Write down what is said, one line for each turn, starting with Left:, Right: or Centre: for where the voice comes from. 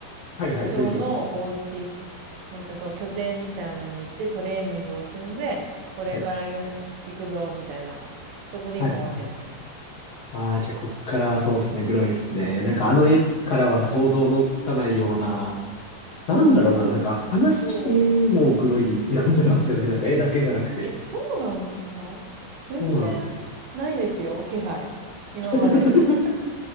Left: はいはい。
Right: 人のお家、
Left: 出てきました。
Right: なんかそう、拠点みたいなのに行ってトレーニングを積んで、これからよし、
Left: はい。
Right: 行くぞ、みたいな。そこで今終わってますね。
Left: はい。はい。ああ、じゃあこっからそうですね。グロいですね。なんかあの絵からは想像のつかないような、
Right: へー
Left: なんだろうな、
Right: うんうん。
Left: なんか話もグロいって感じなんですよね。
Right: そう。
Left: なんか絵だけじゃなくて。
Right: え、そうなんですか全然ないですよ、
Left: そうなんです。
Right: 気配。
Left: <laughs>
Right: 今まで。<laughs>